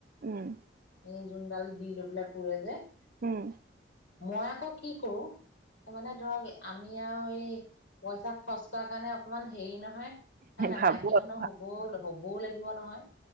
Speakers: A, on the right (about 50°); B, on the left (about 75°).
A: উম,
B: এই যোনডাল দি লৈ পেলাই পুৰে যে।
A: উম।
B: মই আকৌ কি কৰো মানে ধৰক আমি আৰু এই পইচা খৰচ কৰাৰ কাৰণে অকমান হেৰি নহয় হয়ে নাই
A: ভাবো
B: মাইকী মানুহ
A: আৰু।
B: হ'বও হ'বও লাগিব নহয়।